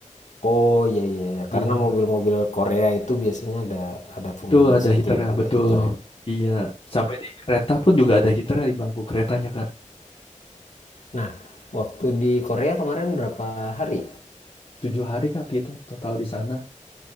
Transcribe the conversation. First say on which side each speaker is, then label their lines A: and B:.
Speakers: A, on the left; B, on the left.
A: Oh iya iya, iya.
B: Iya,
A: karena mobil-mobil Korea itu biasanya ada ada pemanas
B: betul ada
A: gitu
B: heaternya,
A: ya, ada
B: betul.
A: heater ya.
B: Iya, sampai di kereta pun juga ada heaternya di bangku keretanya, Kak.
A: Nah, waktu di Korea kemarin berapa hari?
B: Tujuh hari, Kak, kita total di sana.